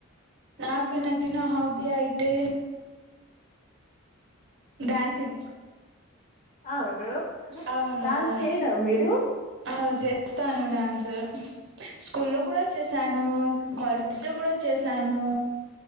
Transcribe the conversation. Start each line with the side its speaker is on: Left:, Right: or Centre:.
Right: నాకు నచ్చిన హాబీ అయితే డాన్సింగ్
Left: అవును కదా
Right: అవునవును
Left: డాన్స్ చేయడా మీరు
Right: అచే చేస్తాను డ్యాన్స్ స్కూల్లోలో కూడా చేశాను కాలేజ్ లో కూడా చేశాను